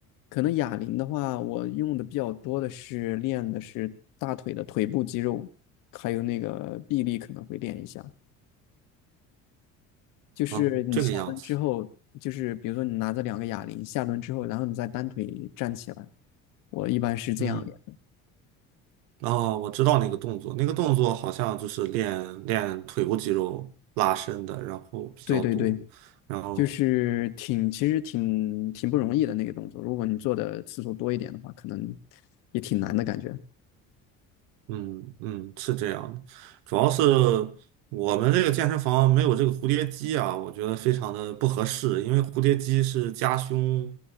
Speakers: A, on the left; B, on the right.
A: 可能哑铃的话，我用的比较多的是练的是大腿的腿部肌肉，还有那个臂力可能会练一下。就是你下蹲之后，
B: 啊，这个样子。
A: 就是比如说你拿着两个哑铃下蹲之后，然后你再单腿站起来，我一般是这样练。
B: 嗯。哦，我知道那个动作，那个动作好像就是练练腿部肌肉拉伸的，然后比较多，
A: 对对对，
B: 然后
A: 就是挺其实挺挺不容易的那个动作，如果你做的次数多一点的话，可能也挺难的感觉。
B: 嗯嗯，是这样的，主要是我们这个健身房没有这个蝴蝶机啊，我觉得非常的不合适，因为蝴蝶机是夹胸